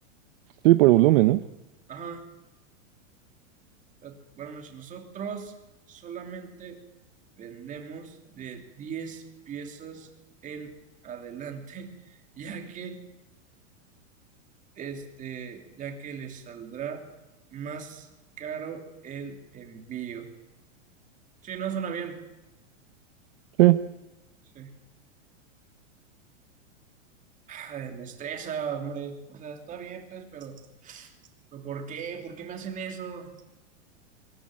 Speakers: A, on the right; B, on the right.
A: Sí, por el volumen, ¿no?
B: Ajá. Eh, Buenas noches. Nosotros solamente vendemos de 10 piezas en adelante, <laughs> ya que este, ya que les saldrá más caro el envío. Sí, no suena bien.
A: Sí.
B: Sí. Ay, me estresa, hombre. O sea, está bien, pues, pero, pero ¿por qué? ¿Por qué me hacen eso?